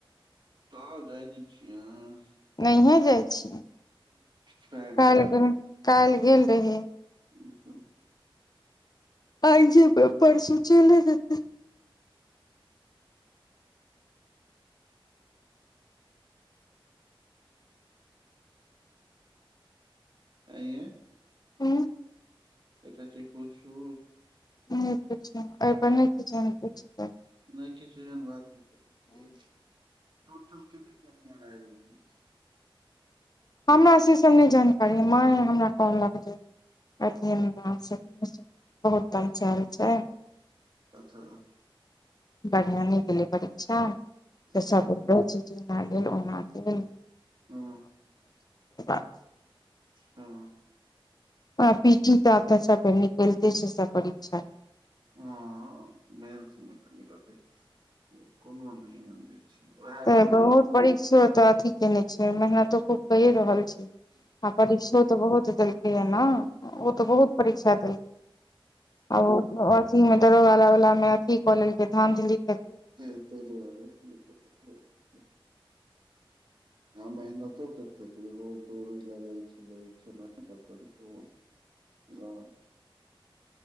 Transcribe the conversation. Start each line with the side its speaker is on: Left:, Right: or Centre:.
Right: त जने छिय अह
Left: नहि जाइ छियै
Right: फ्रेंड
Left: कालहि
Right: यै
Left: काल्हि गेल रहै।
Right: ओच त
Left: आइ जे परसू चले जेतै।
Right: आइ यै
Left: हू
Right: एटा जे पूछू।
Left: नहि एहिपर नहि।
Right: नहि किछन बात नहि पता तोटल कतना नमबर आ
Left: हमरा से सभ नहि जानकारी माँ हमरा कहलक जे अ बहुत पहचल छै।
Right: अच्छा
Left: बढ़िया नहि दै परीक्षा त
Right: अच्छा
Left: सभ रहै छै जेना गेल ओना गेल
Right: हँ
Left: <unintelligible>
Right: हँ
Left: आ पीटी तऽऽ सब निकलिते छै सब परीक्षा
Right: हँ मेन्स निकलतै कत कोनो छै उएह
Left: तऽ
Right: छै
Left: बहुत
Right: जे
Left: बड़ीक्षो तऽ अथी केने छै मेहनतो खूब कए रहल छी ह परिक्षो तऽ बहुत देलकै ह ने ओ तऽ बहुत परीक्षा देल के आ दरोला वाला मे अथि क लेल धाधली य
Right: तऽ ता दुआरे ब
Left: <unintelligible>
Right: मेहनतो कते रोज दौड़े लगइत छलै खेनाइ पर कंट्रोल हॅं